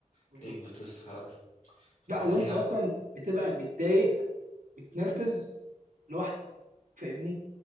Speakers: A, on the right; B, on the left.
A: بالظبط
B: تلاقيك بتسهر
A: لا
B: فتلاقيها
A: وانت اصلا بتبقى متضايق متنرفز لوحدك فاهمني